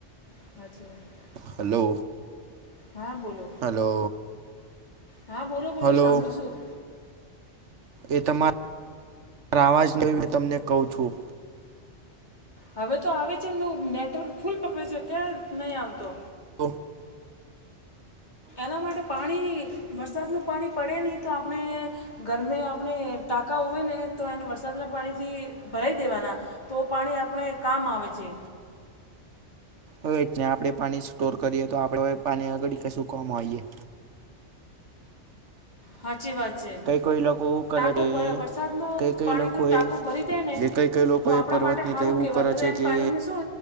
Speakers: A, on the left; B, on the right.
A: <unintelligible>
B: હલો
A: હા બોલો
B: હલો.
A: હા બોલો બોલો
B: હલો
A: સાંભળું છું.
B: એ તમારા અવાજને તમને કહું છું.
A: હવે તો આવે છે એવું નેટવર્ક ફૂલ પકયું છે ક્યાં નહીં આવતો?
B: ઓ
A: એના માટે પાણી વરસાદનું પાણી પડે નહીં તો આપણે ગરમે આપણે ટાંકા હોય ને તો એને વરસાદના પાણી થી ભરાઈ દેવાના. તો પાણી આપણે કામ આવે છે.
B: હવે જ આપણે પાણી સ્ટોર કરીએ તો આપડે પાણી આગળ કશું કામ આવીએ.
A: સાચી વાત છે
B: કઈ કઈ લોકો એવું કરે
A: ટાંકો
B: છે
A: ભર વરસાદનું
B: કઈ કઈ
A: પાણીનો
B: લોકોએ
A: ટાંકો ભરી દે ને
B: એ કઈ કઈ લોકો
A: તો આપણા
B: એ પર્વતની
A: માટે સારું
B: તો એવું
A: કેવાય
B: કરે
A: પછી
B: છે
A: એને
B: કે
A: પાણીમાં શું